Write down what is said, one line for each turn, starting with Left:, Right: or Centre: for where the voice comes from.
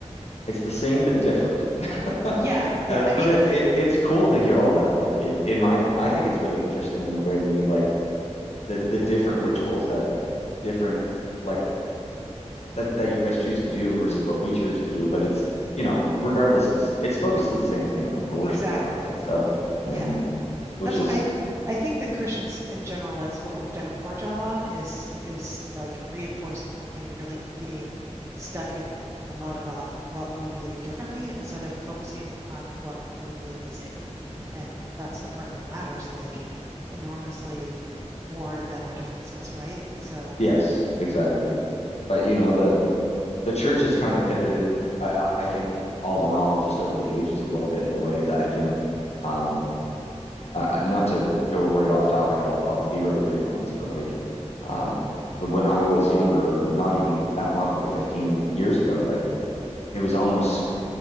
Left: it's the same but different. <laughs>
Right: Yeah, yeah.
Left: Uh,
Right: I
Left: but
Right: mean,
Left: it, it it's cool to hear all that. Like in, in my opinion, I think it's really interesting when you like the the different rituals that different like that that you guys choose to do versus what we choose to do. But it's you know, regardless, it's it's focused to the same thing. Like we're worshiping
Right: exactly.
Left: God, right? So,
Right: Yeah.
Left: and which
Right: That's
Left: is
Right: what I th- I think the Christians in general, that's what we've done a poor job on is is like reinforcing and really getting stuck in, in the mud about what we believe differently instead of focusing on what we believe the same in. And that's the part that matters like enormously more than our differences, right? So
Left: Yes, exactly. But you know, the the church has kind of pivoted, I I I think all in all, just over the ages a little bit in the way that, you know, um uh, not to go right off topic, I'll I'll be really brief on this, but like um when I was younger, or not even that long ago, 15 years ago, like it was almost